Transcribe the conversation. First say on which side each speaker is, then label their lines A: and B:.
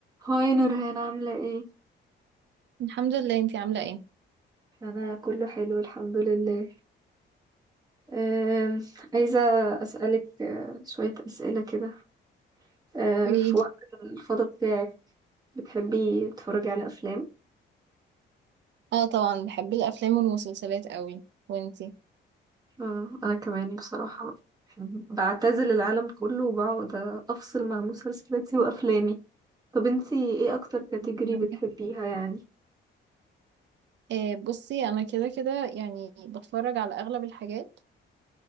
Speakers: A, on the right (about 20°); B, on the right (about 65°).
A: هاي نورهان عاملة ايه؟
B: الحمد لله انتي عاملة ايه
A: أنا كله حلو الحمد لله أم، عايزة أسألك أه، شوية أسئلة كده أه،
B: قوليلي
A: في وقت الفضا بتاعك بتحبي تتفرجي على أفلام؟
B: اه طبعا بحب الافلام والمسلسلات قوي وانتي
A: أه، أنا كمان بصراحة بحب- بعتزل العالم كله وبقعد أفصل مع مسلسلاتي وأفلامي طب انتي ايه أكتر كاتيجوري
B: مم.
A: بتحبيها يعني؟
B: آه بصي انا كده كده يعني بتفرج على اغلب الحاجات